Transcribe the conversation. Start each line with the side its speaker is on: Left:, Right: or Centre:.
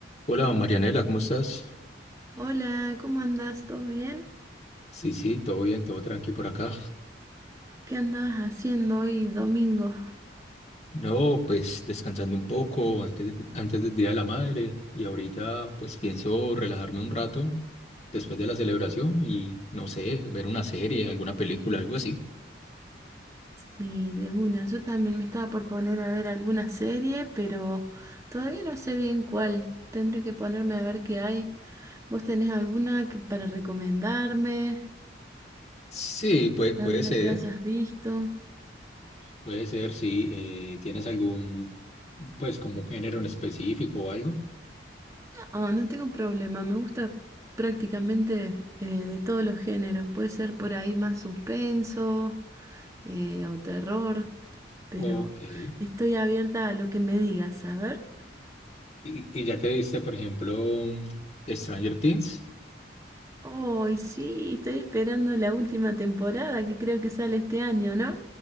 Left: Hola Marianela, ¿cómo estás?
Right: Hola, ¿cómo andás? ¿Todo bien?
Left: Sí, sí, todo bien, todo tranqui por acá.
Right: ¿Qué andabas haciendo hoy domingo?
Left: No, pues descansando un poco antes, de- antes del Día de la Madre y ahorita pues pienso relajarme un rato después de la celebración y no sé, ver una serie, alguna película, algo así.
Right: Sí, de una. Yo también me estaba por poner a ver alguna serie, pero todavía no sé bien cuál. Tendré que ponerme a ver qué hay. ¿Vos tenés alguna que- para recomendarme?
Left: Sí, puede, puede
Right: ¿Alguna
Left: ser,
Right: que hayas visto?
Left: puede ser, sí. eh, ¿tienes algún, pues como un género en específico o algo?
Right: Ah, no tengo problema, me gusta prácticamente eh, de todos los géneros. Puede ser por ahí más suspenso eh, o terror, pero
Left: Ok. ¿Y,
Right: estoy abierta a lo que me digas, a ver.
Left: y ya te viste, por ejemplo, Stranger Things?
Right: Oh, y sí, estoy esperando la última temporada que creo que sale este año, ¿no?